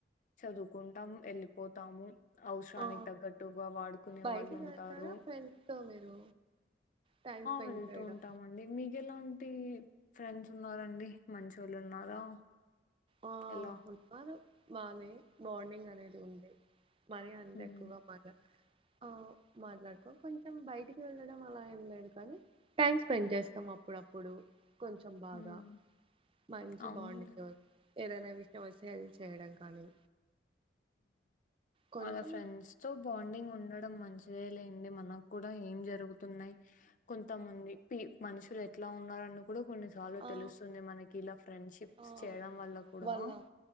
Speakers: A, on the left; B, on the right.
A: చదువుకుంటాము వెళ్ళిపోతాము అవసరానికి
B: ఆ
A: తగ్గట్టుగా వాడుకునే
B: బయటికి
A: వాళ్ళు ఉంటారు
B: వెళ్తారా ఫ్రెండ్స్ తో మీరు టైం స్పెండ్
A: వెళ్తూ
B: చేయడం
A: ఉంటామండి మీకు ఎలా టి ఫ్రెండ్స్ ఉన్నరండి మంచోళ్ళు ఉన్నారా
B: ఆ
A: ఎలా
B: ఉన్నారు బానే బాండింగ్ అనేది ఉంది మరి అందే
A: ఉమ్
B: ఎక్కువగా పద ఆ మాట్లాడుకో కొంచెం బయటికి వెళ్ళడం అలా ఏం లేదు కానీ టైం స్పెండ్ చేస్తాం అప్పుడప్పుడు కొంచెం బాగా
A: ఉమ్
B: మంచి
A: అవును
B: బాండింగ్ తో ఏదైనా విషయం వస్తే అది చేయడం కానీ కొంచెం
A: ఆ అదే ఫ్రెండ్స్ తో బాండింగ్ ఉండట్ ఇ మంచిదే లేండి మనకు కూడా ఏం జరుగుతున్నాయ్ క కొంతమంది పి మనుషులు ఎట్లా ఉన్నన్నారని ఇప్పుడు కొన్ని సార్లు
B: ఆ
A: తెలుస్తుంది మనకి ఇలా ఫ్రెండ్ షిప్స్
B: ఆ
A: చేయడం వల్ల కూడా
B: వాళ్ళ